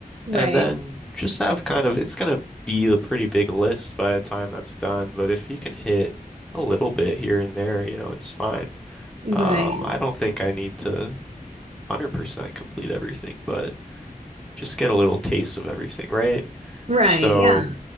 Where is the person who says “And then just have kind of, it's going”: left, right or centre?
Centre